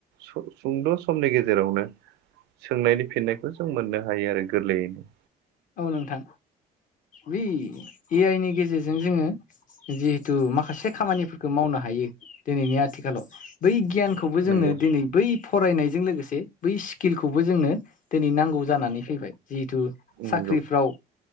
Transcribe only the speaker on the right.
सुंद' समनि गेजेरावनो सोंनायनि फिननायखौ जों मोननो हायो आरो गोरलैयैनो।
नंगौ
नंगौ